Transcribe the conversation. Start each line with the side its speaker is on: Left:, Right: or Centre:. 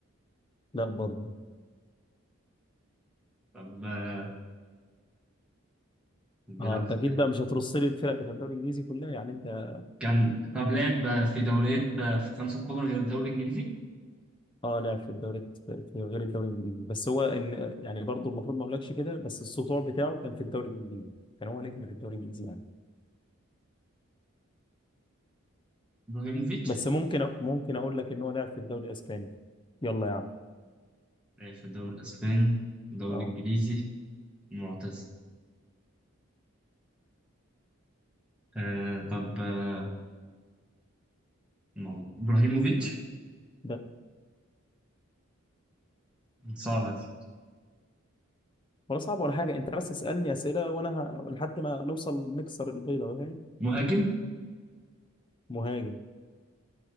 Left: لا برضه
Centre: طب آه، بيلعب
Left: اه انت
Centre: في-
Left: اكيد بقى مش هترص لي الفرق بتاع الدوري الانجليزي كلها يعني انت
Centre: كان طب لعب آه، في دوريات آه، في خمسة كبرى غير الدوري الإنجليزي
Left: اه لعب في الدوري في غير الدوري الانجليزي بس هو ان يعني برضه المفروض ما اقولكش كده بس السطوع بتاعه كان في الدوري الانجليزي كان هو نجم في الدوري الانجليزي يعني
Centre: إبراهيموفيتش
Left: بس ممكن أ- ممكن اقول لك ان هو لعب في الدوري الاسباني يلا يا عم
Centre: لعب في الدوري الإسباني الدوري
Left: اه
Centre: الإنجليزي معتزل آه طب آه مو- إبراهيموفيتش
Left: ده
Centre: صعبة دي
Left: ولا صعب ولا حاجة انت بس اسألني اسئلة وانا ه... لحد ما نوصل نكسر البيضة فاهم
Centre: مهاجم
Left: مهاجم